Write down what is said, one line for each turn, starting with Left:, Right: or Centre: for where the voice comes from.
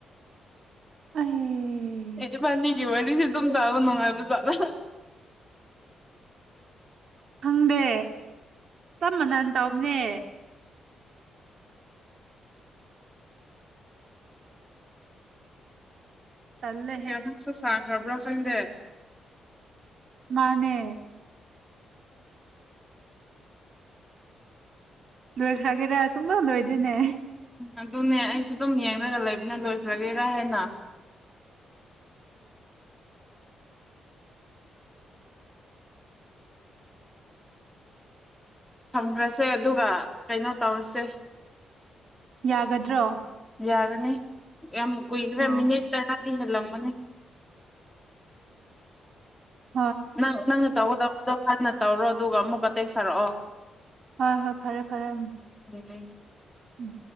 Right: ꯑꯩ
Centre: ꯑꯦꯗꯤꯕꯥꯅꯤ ꯒꯤ ꯋꯥ ꯑꯗꯨꯁꯨ ꯑꯗꯨꯝ ꯇꯥꯕ ꯅꯨꯡꯉꯥꯏꯕꯖꯥꯔ
Right: ꯈꯪꯗꯦ ꯇꯃꯅ ꯇꯝꯅꯦ ꯇꯜꯂꯦꯍꯦ
Centre: ꯀꯁꯨ ꯁ ꯉꯕ꯭ꯔꯥ ꯐꯪꯗꯦ
Right: ꯃꯥꯅꯦ ꯂꯣꯏꯈ꯭ꯔꯒꯦꯔ ꯁꯨꯡꯗꯣ ꯂꯣꯏꯗꯣꯏꯅꯦ
Centre: ꯑꯗꯨꯅꯦ ꯑꯩꯁꯨ ꯑꯗꯨꯝ ꯌꯦꯡꯂꯒ ꯂꯩꯕꯅ ꯂꯣꯏꯈ꯭ꯔꯒꯦꯔ ꯍꯥꯏꯅ ꯊꯝꯈ꯭ꯔꯁꯦ ꯑꯗꯨꯒ ꯀꯩꯅꯣ ꯇꯧꯔꯁꯦ
Right: ꯌꯥꯒꯗ꯭ꯔꯣ
Centre: ꯌꯥꯒꯅꯦ ꯌꯥꯝ ꯀꯨꯏꯈ꯭ꯔꯦ
Right: ꯑꯣ
Centre: ꯃꯤꯅꯤꯠ ꯇꯔꯥ ꯍꯂꯝ ꯃꯅꯤ
Right: ꯑꯥ
Centre: ꯅꯪ ꯅꯪꯅ ꯇꯧꯒ ꯇꯧꯕꯗꯣ ꯍꯥꯟꯅ ꯇꯧꯔꯣ ꯑꯗꯨꯒ ꯑꯃꯨꯛ ꯀ ꯇꯦꯛ ꯁꯥꯔꯛꯑꯣ
Right: ꯍꯣꯏ ꯍꯣꯏ ꯐꯔꯦ ꯐꯔꯦ ꯎ
Centre: ꯎꯝ
Right: ꯎꯝ